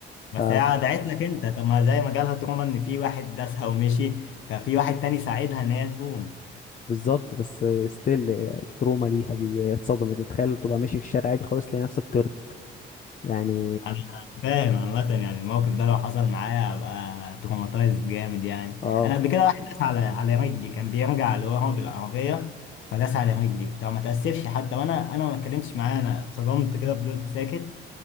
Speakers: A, on the left; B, on the left.
A: بس
B: ف
A: هي دعت لك انت طب ما زي ما جالها تروما ان في واحد داسها ومشي ففي واحد تاني ساعدها ان هي تقوم
B: بالظبط بس ستيل التروما ليها ب- هي اتصدمت تتخيل تبقى ماشي في الشارع عادي خالص تلاقي نفسك طرت يعني
A: انا فاهم عامه يعني الموقف ده لو حصل معايا هبقى تروماتايز جامد يعني
B: اه
A: انا قبل كده واحد داس على على رجلي كان بيرجع لورا بالعربيه فداس على رجلي وبتاع ما تاسفش حتى وانا انا ما اتكلمتش معاه انا اتصدمت كده فضلت ساكت